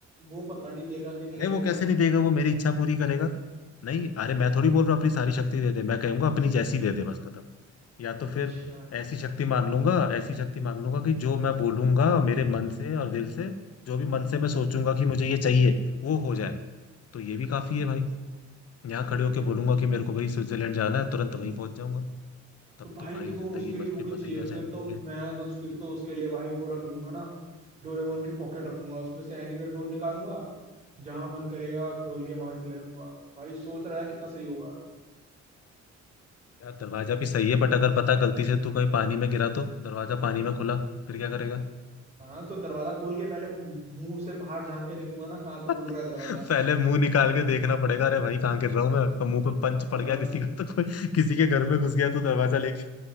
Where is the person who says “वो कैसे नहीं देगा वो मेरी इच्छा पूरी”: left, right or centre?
Left